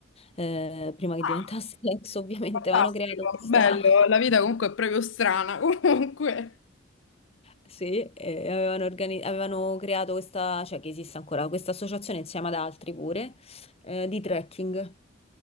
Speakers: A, on the left; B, on the left.
A: eh, prima che
B: Ah,
A: diventasse <laughs> ex ovviamente,
B: fantastico,
A: avevano creato questa...
B: bello. La vita
A: <laughs>
B: comunque è proprio strana, <laughs> comunque.
A: Sì, eh, avevano, organi- avevano creato questa, cioè che esiste ancora, questa associazione insieme ad altri pure, eh, di trekking.